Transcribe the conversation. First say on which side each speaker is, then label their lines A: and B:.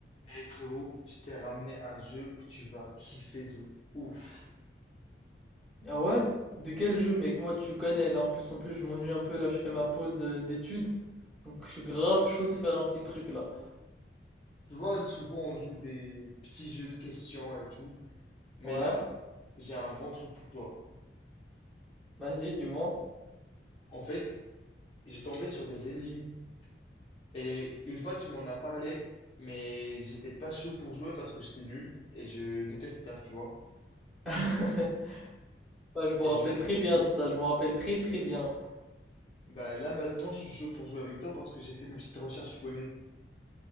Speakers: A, on the left; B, in the centre.
A: Eh frérot, je t'ai ramené un jeu que tu vas kiffer de ouf.
B: Ah ouais? De quel jeu, mec? Moi, tu connais, là. En plus, en plus, je m'ennuie un peu, là. Je fais ma pause euh, d'études. Donc, je suis grave chaud de faire un petit truc, là.
A: Tu vois, souvent on joue des petits jeux de questions et tout, mais
B: Ouais?
A: là, j'ai un bon truc pour toi.
B: Vas-y, dis-moi.
A: En fait, j'ai tombé sur des énigmes et une fois tu m'en as parlé, mais j'étais pas chaud pour jouer parce que j'étais nul et je déteste perdre, tu vois.
B: <laughs> Ah, je me
A: Et
B: rappelle
A: du
B: très bien de ça. Je me rappelle très, très bien.
A: bah là maintenant, je suis chaud pour jouer avec toi parce que j'ai fait mes petites recherches, tu connais.